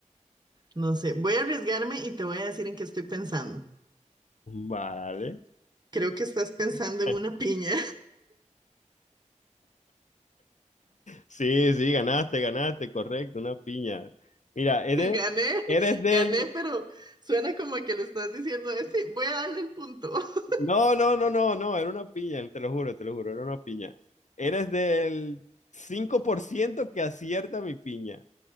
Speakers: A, on the right; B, on the left.
A: no sé. Voy a arriesgarme y te voy a decir en qué estoy pensando.
B: Vale.
A: Creo que estás pensando en
B: <laughs>
A: una piña.
B: Sí, sí, ganaste, ganaste, correcto, una piña. Mira,
A: <laughs>
B: eres,
A: Gané,
B: eres del...
A: gané, pero suena como que le estás diciendo, "Eh, sí, voy a darle el punto. <laughs>
B: No, no, no, no, no, era una piña, te lo juro, te lo juro, era una piña. Eres del 5% que acierta mi piña.